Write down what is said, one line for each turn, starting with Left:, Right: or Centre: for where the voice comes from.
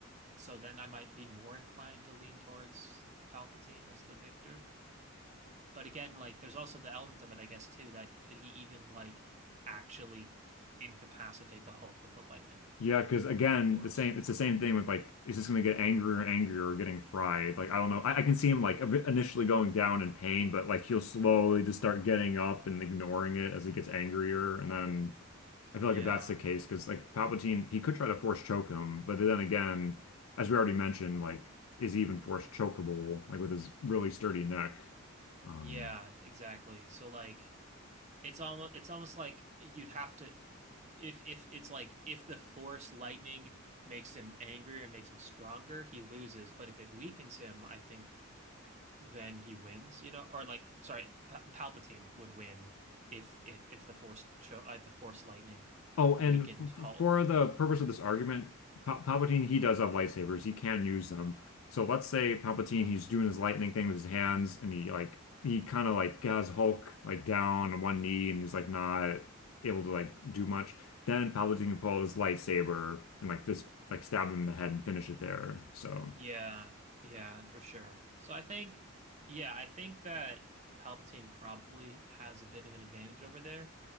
Right: So then I might be more inclined to lean towards Palpatine as the victor. But again, like there's also the element of it, I guess, too, that could he even like actually incapacitate the Hulk with the lightning
Left: Yeah, because again,
Right: force?
Left: the same it's the same thing with like it's just gonna get angrier and angrier or getting fried. Like I don't know. I, I can see him like a bit initially going down in pain, but like he'll slowly just start getting up and ignoring it as he gets angrier. And then I feel
Right: Yeah.
Left: like if that's the case, because like Palpatine, he could try to force choke him, but then again, as we already mentioned, like is he even force chokeable, like with his really sturdy neck? Um
Right: Yeah, exactly. So like it's almost it's almost like you'd have to if if it's like if the force lightning makes him angrier and makes him stronger, he loses. But if it weakens him, I think then he wins, you know, or like, sorry, Pal Palpatine would win if it if the Force cho uh, if the Force lightning
Left: Oh, and
Right: weakened
Left: f f-
Right: Hulk.
Left: for the purpose of this argument, Pa- Palpatine, he does have lightsabers. He can use them. So let's say Palpatine, he's doing his lightning thing with his hands, and he like he kind of like has Hulk like down on one knee, and he's like not able to like do much. Then Palpatine can pull out his lightsaber and like just like stab him in the head and finish it there. So
Right: Yeah, yeah, for sure. So I think, yeah, I think that Palpatine probably has a bit of an advantage over there,